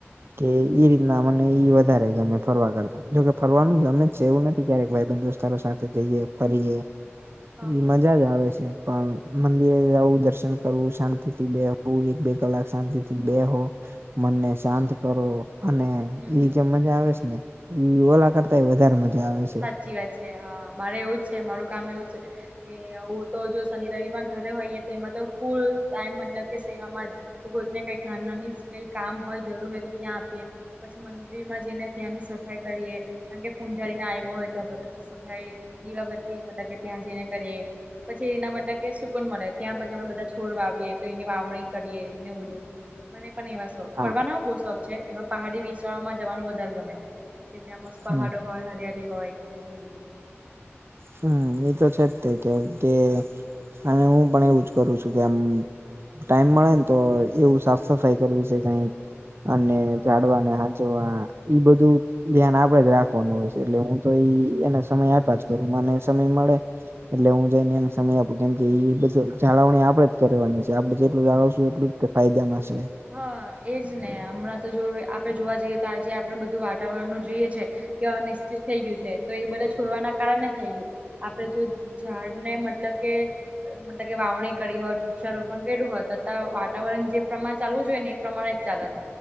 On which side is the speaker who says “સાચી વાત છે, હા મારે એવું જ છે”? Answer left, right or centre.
Right